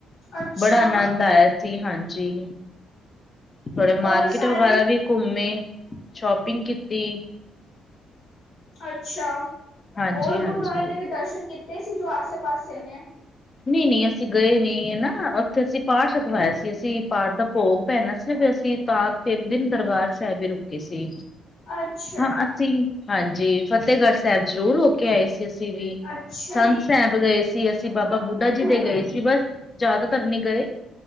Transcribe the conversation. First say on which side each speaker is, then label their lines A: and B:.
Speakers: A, on the left (about 60°); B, on the left (about 30°).
A: ਅੱਛਾ,
B: ਬੜਾ ਆਨੰਦ ਆਇਆ ਸੀ ਹਾਂਜੀ। ਥੋੜੇ ਮਾਰਕੀਟ
A: ਔਰ ਸਾਰੇ
B: ਵਗੈਰਾ ਵੀ ਘੁੰਮੇ ਸ਼ੋਪਿੰਗ ਕੀਤੀ
A: ਅੱਛਾ
B: ਹਾਂਜੀ
A: ਔਰ
B: ਹਾਂਜੀ
A: ਗੁਰਦੁਆਰਾ ਦੇ ਵੀ ਦਰਸ਼ਨ ਕੀ- ਤੇ ਸੀ ਜੋ ਆਸੇ- ਪਾਸੇ ਨੇ।
B: ਨਹੀਂ- ਨਹੀਂ ਅਸੀਂ ਗਏ ਨੀ ਹੈਨਾ, ਉੱਥੇ ਅਸੀਂ ਪਾਠ ਰਖਵਾਇਆ ਸੀ ਅਸੀਂ ਪਾਠ ਦਾ ਭੋਗ ਪੈਣਾ ਸੀ ਫੇਰ ਅਸੀਂ ਤਾਂ ਤਿੰਨ ਦਿਨ ਦਰਬਾਰ ਸਾਹਿਬ ਵੀ ਰੁਕੇ ਸੀ।
A: ਅੱਛਾ,
B: ਹਾਂ ਅਸੀਂ, ਹਾਂਜੀ ਫਤਿਹਗੜ ਸਾਹਿਬ ਜ਼ਰੂਰ ਹੋ ਕੇ ਆਏ ਸੀ। ਅਸੀਂ ਵੀ,
A: ਅੱਛਾ,
B: ਕੰਧ ਸਾਹਿਬ ਗਏ ਸੀ ਅਸੀਂ ਬਾਬਾ ਬੁੱਢਾ
A: ਹੂੰ,
B: ਜੀ ਦੇ ਗਏ ਸੀ ਬਸ ਜ਼ਿਆਦਾਤਰ ਨੀ ਗਏ